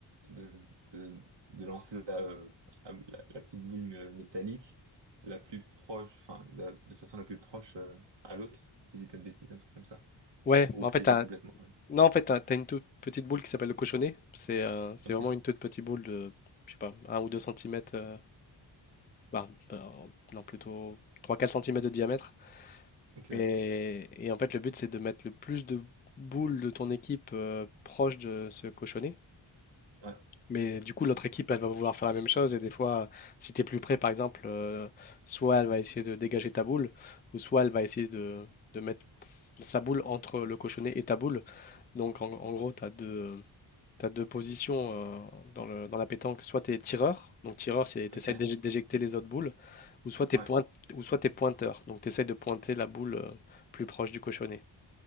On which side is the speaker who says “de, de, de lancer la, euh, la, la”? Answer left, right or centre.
Right